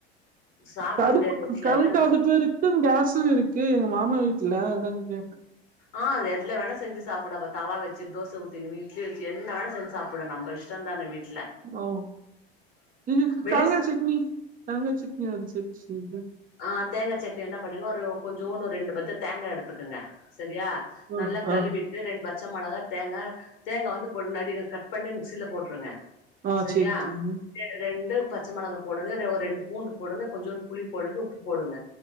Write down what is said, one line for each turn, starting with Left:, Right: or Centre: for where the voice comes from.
Left: சாப்ட
Right: தடுப்புக்கு
Left: முடியாது வீட்ல
Right: கரண்ட்
Left: எல்லா
Right: அடுப்பு இருக்கு கேஸு இருக்கு மாமா வீட்ல அதாங்க கேட்டே
Left: ஆ எதுல வேணா செஞ்சு சாப்புடு அப்ப தவா வச்சு தோச ஊத்திக்கினு இட்லி வச்சு என்ன வேனா செஞ்சு சாப்டுக்க நம்ப இஷ்டந்தானா வீட்
Right: ஓ இதுக்கு
Left: வெளிஸ்
Right: தாங்க சட்னி தேங்கா சட்னி அரச்சு உம் ஹிம்
Left: ஆஹ் தேங்கா சட்னி என்ன பண்ணுங்க ஒரு கொஞ்சோனு ரெண்டு பத்த தேங்கா எடுத்துக்குங்க செரியா
Right: ஆ
Left: நல்லா கழுவிட்டு
Right: ஆ
Left: ரெண் பச்ச மொளகா தேங்கா தேங்கா வந்து பொடி நடிக கட்பண்ணி மிக்சில போட்ருங்க
Right: ஆ
Left: செரியா
Right: சேரி தம்பி
Left: <unintelligible> ரெண்டுப் பச்சை மொளகா போடுங்க ரெ ஒ ரெண்டு பூண்டு போடுங்க கொஞ்சம் புளி போடுறது உப்பு போடுங்க